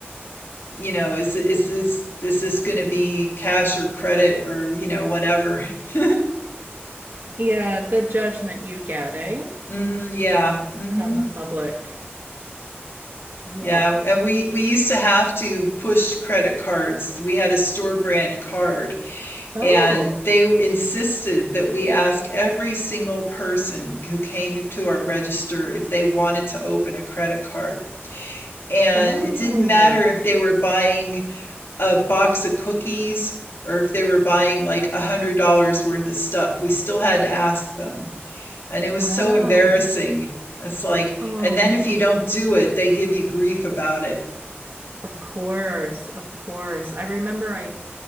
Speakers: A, on the left; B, on the right.
A: you know, is is this is this going to be cash or credit or, you know, whatever. <laughs>
B: Yeah, the judgment you get, eh?
A: hmm yeah. hmm
B: From the public. Yeah.
A: Yeah, and we we used to have to push credit cards. We had a store brand card,
B: Oh.
A: and they insisted that we ask every single person who came to our register if they wanted to open a credit card. And
B: Oh.
A: it didn't matter if they were buying a box of cookies or if they were buying like a hundred dollars worth of stuff. We still had to ask them, and it was
B: Wow.
A: so embarrassing. It's like,
B: Oh.
A: and then if you don't do it, they give you grief about it.
B: Of course. Of course. I remember I